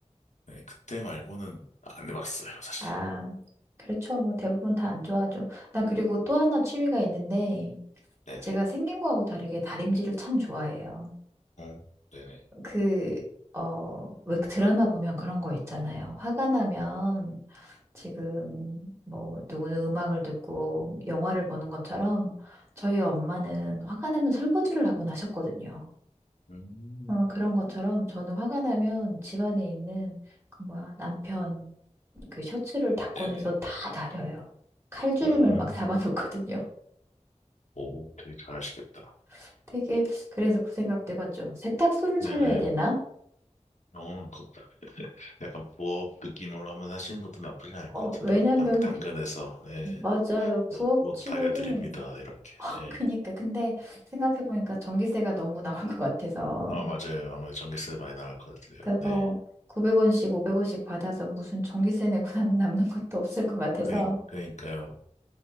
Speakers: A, on the left; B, on the right.
A: 네, 그때 말고는 안 해봤어요, 사실.
B: 아, 그렇죠. 뭐 대부분 다 안 좋아하죠. 나 그리고 또 하나 취미가 있는데
A: 네네.
B: 제가 생긴 거하고 다르게 다림질을 참 좋아해요.
A: 어, 네네.
B: 그, 어, 왜 드라마 보면 그런 거 있잖아요. 화가 나면 지금 뭐 누구는 음악을 듣고 영화를 보는 것처럼 저희 엄마는 화가 나면 설거지를 하곤 하셨거든요.
A: 음,
B: 어, 그런 것처럼 저는 화가 나면 집안에 있는 그 뭐야, 남편 그 셔츠를 다 꺼내서
A: 네네.
B: 다 다려요. 칼주름을
A: 음,
B: 막 잡아놓거든요.
A: 오, 되게 잘하시겠다.
B: <laughs> 되게 그래서 그 생각도 해봤죠. 세탁소를
A: 네네.
B: 차려야 되나?
A: 어, 그, 약간 부업 느낌으로 한번 하시는 것도 나쁘지 않을
B: 어,
A: 것 같은데요.
B: 왜냐면
A: 당, 당근에서, 네,
B: 맞아요.
A: 옷,
B: 부업
A: 옷
B: 치고는
A: 다려드립니다. 이렇게.
B: <laughs>
A: 네.
B: 그니까 근데 생각해 보니까 전기세가 너무 나올 것 같아서
A: 아, 맞아요. 아무래도 전기세 많이 나갈 것 같아요.
B: 그거
A: 네.
B: 900원씩 500원씩 받아서 무슨 전기세 내고 나면 남는 것도 없을 것 같아서
A: 그니, 그니까요.